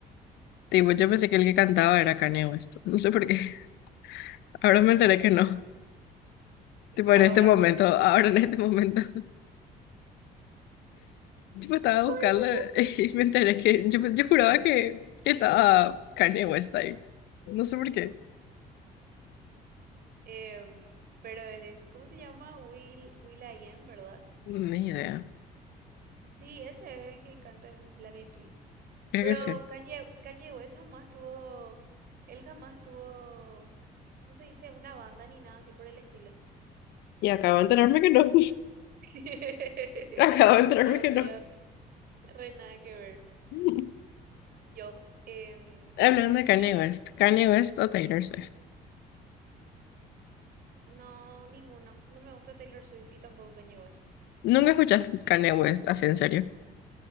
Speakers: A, on the left (about 85°); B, on the right (about 60°).
A: Tipo, yo pensé que el que cantaba era Kanye West. No sé por qué. <laughs> Ahora me enteré que no. Tipo, en
B: Ahora
A: este momento,
B: como.
A: ahora
B: <laughs>
A: en este momento. <laughs> Tipo, estaba
B: ¿Por
A: buscando
B: qué?
A: y me enteré que yo, yo juraba que, que estaba Kanye West ahí. No sé por qué.
B: Em, pero es, ¿cómo se llama? Will, Will.i.am, ¿verdad?
A: Ni idea.
B: Sí, ese es el que canta en Black Eyed Peas.
A: Creo
B: Pero
A: que sí.
B: Kanye, Kanye West jamás tuvo, él jamás tuvo, ¿cómo se dice? Una banda ni nada así por el estilo.
A: Y acabo de enterarme que no.
B: <laughs>
A: <laughs> Acabo de enterarme
B: Dios
A: que
B: mío,
A: no.
B: re nada que ver.
A: <laughs>
B: Yo, em,
A: Hablando de
B: yo
A: Kanye
B: n-
A: West, Kanye West o Taylor Swift.
B: no, ninguno. No me gusta Taylor Swift y tampoco Kanye West.
A: Nunca escuchaste Kanye West, así en serio.